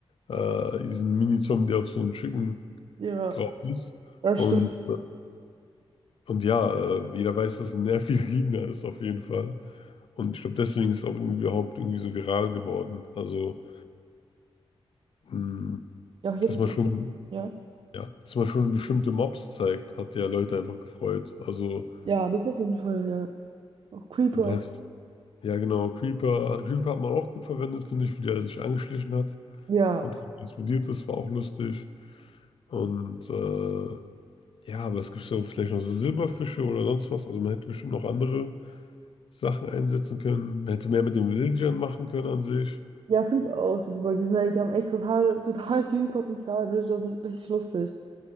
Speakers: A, on the left; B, on the right.
A: äh, diesen Mini-Zombie, der auf so einem Chicken
B: Ja.
A: drauf ist.
B: Ja, das
A: Und,
B: stimmt.
A: und ja, äh, jeder weiß, dass es ein nerviger <laughs> Gegner ist, auf jeden Fall. Und ich glaube, deswegen ist es auch irgendwie überhaupt irgendwie so viral geworden. Also, mh,
B: Ja, auch jetzt,
A: dass man schon,
B: ja.
A: ja, dass man schon bestimmte Mobs zeigt, hat ja Leute einfach gefreut. Also,
B: Ja, das auf jeden Fall, ja. Auch Creeper.
A: ja, man hätte Ja, genau. Creeper. Creeper hat man auch gut verwendet, finde ich, wie der sich angeschlichen hat
B: Ja.
A: und explodiert ist, war auch lustig. Und äh, ja, aber es gibt ja vielleicht noch so Silberfische oder sonst was. Also man hätte bestimmt noch andere Sachen einsetzen können. Man hätte mehr mit den Villagern machen können an sich.
B: Ja, finde ich auch. So, die, weil die sind, halt- die haben echt total, total viel Potenzial. Villager sind richtig lustig.